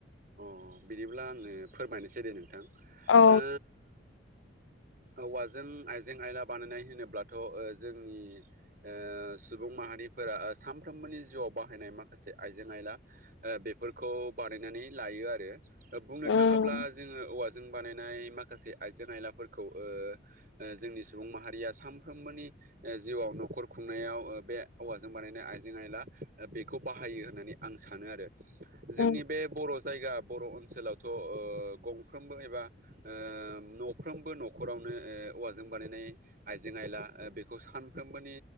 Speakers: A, on the right (about 50°); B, on the left (about 80°).
A: अ बिदिब्ला आङो फोरमायनोसै दे नोंथां
B: औ
A: ओ औवाजों आइजें आयला बानायनाय होनोब्लाथ' ओ जोंनि ओ सुबुं माहारिफोरा सानफ्रोमबोनि जिउआव बाहायनाय माखासे आइजें आयला बेफोरखौ बानायनानै लायो आरो बुंनो
B: उम
A: थाङोब्ला जोङो औ जों बानायनाय माखासे आइजें आयलाफोरखौ ओ जोंनि सुबुं माहारिया सानफ्रोमबोनि ओ जिउआव न'खर खुंनायाव ओ बे हौवाजों बानायनाय आइजें आयला बेखौ बाहायो होननानै आं सानो आरो जोंनि
B: उम
A: बे बर' जायगा बर' ओनसोलावथ' ओ गंफ्रबो एबा ओ न'फ्रोमबो न'खरावनो ओ औवाजों बानायनाय आइजें आयला ओ बेखौ सानफ्रोमबोनि